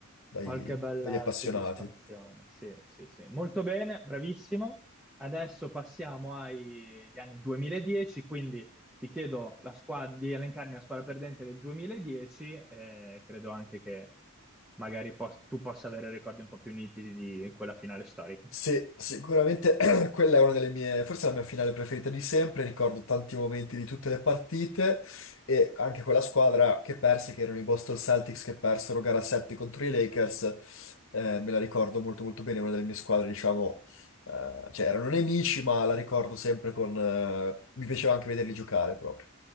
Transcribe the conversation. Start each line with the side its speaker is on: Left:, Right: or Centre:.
Left: dai-
Centre: Qualche bella
Left: dagli appassionati.
Centre: soddisfazione, sì, sì, sì. Molto bene, bravissimo. Adesso passiamo agli anni 2010, quindi ti chiedo la squadra, di elencarmi la squadra perdente del 2010, eh, credo anche che magari pos- tu possa avere ricordi un po' più nitidi di quella finale storica.
Left: Sì, sicuramente <clears throat> quella è una delle mie, forse la mia finale preferita di sempre, ricordo tanti momenti di tutte le partite e anche quella squadra che perse, che erano i Boston Celtics che persero gara 7 contro i Lakers, eh, me la ricordo molto molto bene, è una delle mie squadre, diciamo, eh, cioè erano nemici, ma la ricordo sempre con... eh, mi piaceva anche vederli giocare proprio.